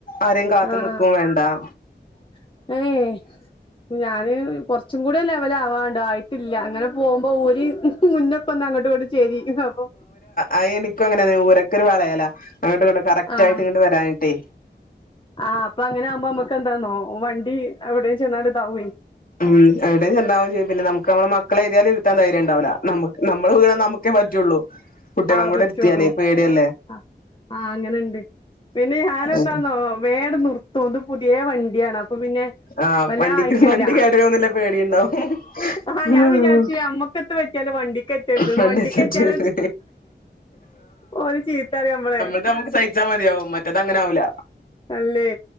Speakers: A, on the left; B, on the left.
A: ആരേം കാത്
B: ആഹ്
A: നിക്കും വേണ്ട <inaudible>
B: ആഹ് ഏയ് ഞാന് കുറച്ചും കൂടി ലെവലാണ്ട് ആയിട്ടില്ല അങ്ങനെ പോ പോകുമ്പോ ഉരിം മുന്നൊക്കെ അങ്ങോട്ട് ഇങ്ങോട്ടും ചേരി അപ്പൊ
A: അ എനിക്കും അങ്ങനെ ഊരക്കൊരു വളയലാ അങ്ങോട്ട് ഇങ്ങട്ട് കറക്റ്റ്
B: ആഹ്
A: ആയിട്ട് ഇങ്ങട്ട് വരാനിട്ടേ
B: ആഹ് അപ്പൊ അങ്ങനെ ആകുമ്പോ നമ്മക്ക് എന്താന്നോ വണ്ടി എവിടെയും ചെന്ന് ഇതാവേ
A: ഉം എവിടെയും ചണ്ടാവാൻ ചെയ്യും പിന്നെ നമ നമ്മളെ ഏതായാലും ഇര്ത്തൻ ധൈര്യം ഇണ്ടാവുല്ല നമ്മ നമ്മള് വീണ നമക്കേ പറ്റള്ളൂ
B: <inaudible>
A: കുട്ടികള കൂടെ
B: പറ്റുള്ളൂ
A: ഇര്ത്തിയാലെ പേടിയാ
B: ആ ആഹ് അങ്ങനെണ്ട് പിന്നെ ഞാനന്തന്നോ
A: ഉം
B: വെങ്ങാട്ട് നിർത്തും തോന്നും പുതിയ വണ്ടിയാണ് അപ്പൊ പിന്നെ
A: ആഹ്
B: വല്ലാ
A: വണ്ടിക്ക്
B: ആയിട്ടില്ല
A: വണ്ടി കേടരോന്നുള്ള പേടിയുണ്ടാവും
B: ആഹ് ഞാൻ വിചാര്ച്ച് നമ്മക്കൊ പറ്റിയാലും വണ്ടിക്ക് പറ്റാരുത്തുന്ന്
A: പണ്ട്
B: വണ്ടിക്ക്ച്ചാല
A: വെച്ചിട്ടുണ്ട്
B: ഓര് ചീത്തറയും നമ്മളെ
A: ഇത് നമ്മക്ക് സഹിച്ചാ മതിയാവും മറ്റേത് അങ്ങനെ ആവുല്ല
B: അല്ലേ